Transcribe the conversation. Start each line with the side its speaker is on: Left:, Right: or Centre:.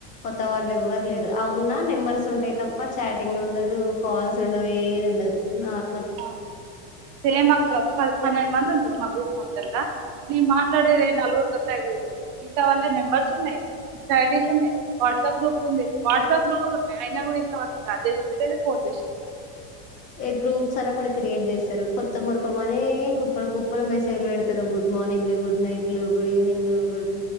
Left: కొత్తవాళ్లు ఎవ్వరు లేరు ఆ ఉన్నా నెంబర్స్ ఉంటయి తప్పా చాటింగ్ ఉండదు, కాల్స్ ఉండవు, ఏది ఉండదు. నార్మల్
Right: ఆ సేమ్ అక్కా ప పన్నెండు మంది ఉంటరు మా గ్రూప్ మొత్తంలా. నేను మాట్లాడేది ఎ నలుగురుతోనో ఐదు గురుతోటో మిగతా వాల్లయి నెంబర్స్ సున్నయి, ఐడిస్ ఉన్నయి, వాట్సప్ గ్రూప్ ఉంది. వాట్సాప్లు కూడా ఉన్నయి అయినా కూడా ఇంతవరకు చాట్ చేసింది లేదు, ఫోన్ చేసింది లేదు.
Left: ఏ గ్రూప్స్ అని ఒకటి క్రియేట్ చేస్తరు. కొత్త మురిపం అని కుప్పలు కుప్పలు మెసేజ్లు పెడతరు గుడ్ మార్నిం ర్నింగ్లు, గుడ్ నైట్లు, గుడ్ ఈవినింగ్ లు గుడ్